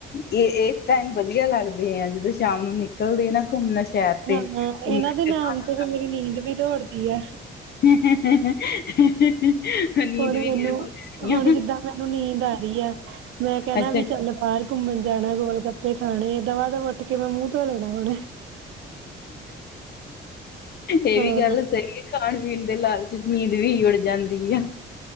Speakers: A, on the left; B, on the right.
A: ਏ ਇਸ ਟਾਈਮ ਵਦੀਆ ਲੱਗਦੇ ਆ ਜਦੋਂ ਸ਼ਾਮ ਨੂੰ ਨਿਕਲਦੇ ਨਾ ਘੁੰਮਣਾ ਸ਼ਹਿਰ ਤੇ
B: ਹਾਂ,
A: ਘੁੰਮਣਾ
B: ਇਨਾਂ ਦੇ ਨਾਮ ਤੋ ਫੇਰ ਮੇਰੀ ਨੀਂਦ ਵੀ ਦੌੜਦੀ ਆ
A: <unintelligible>
B: ਹੁਣ
A: ਵੀ
B: ਮੈਨੂੰ
A: ਗਾਇਬ ਹੋ ਜਾਣੀ
B: ਹੁਣ
A: ਆ
B: ਜਿੱਦਾਂ ਮੈਨੂੰ ਨੀਂਦ ਆ ਰਈ ਐ, ਮੈਂ ਕੈਣਾ
A: ਅੱਛਾ
B: ਵੀ ਚੱਲ ਬਾਰ ਘੁੰਮਣ ਜਾਣਾ ਗੋਲ-ਗੱਪੇ ਖਾਣੇ ਦਵਾ ਦਬ ਉੱਠ ਕੇ ਮੈਂ ਮੂੰਹ ਧੋ ਲੈਣਾ ਹੁਣੇ।
A: ਏਵੀ
B: ਹਾਂ
A: ਗੱਲ ਸਈ ਏ।। ਖਾਣ ਪੀਣ ਦੇ ਲਾਲਚ ਨੀਂਦ ਵੀ ਉੱੜ ਜਾਂਦੀ ਆ।